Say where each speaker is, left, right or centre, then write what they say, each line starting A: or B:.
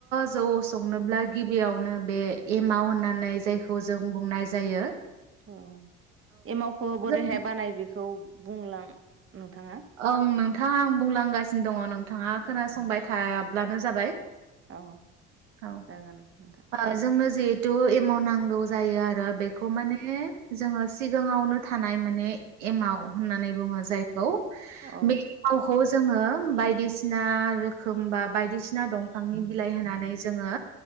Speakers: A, on the right (about 80°); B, on the right (about 35°).
A: जौ संनोब्ला गिबियावनो बे एमाव होननानै जायखौ जों बुंनाय जायो ।
B: औ एमावखौ बोरैहाय
A: जों
B: बानायो बेखौ बुंलां। नोंथाङा
A: औ नो नोंथां आं बुंलांगासिनो दङ नोंथाङा खोनासंबाय थायाब्लानो जाबाय।
B: औ।
A: औ
B: जागोन नोंथां
A: ओ जोंनो जे। थु एमाउन्ट नांगौ जायो आरो। बेखौ माने। जोङो सिगाङावनो थानाय माने एमाव। होननानै बुङो जायखौ
B: औ
A: बै <unintelligible> जोङो बायदिसिना रोखोम बा बायदिसिना दंफांनि बिलाइ होनानै। जोङो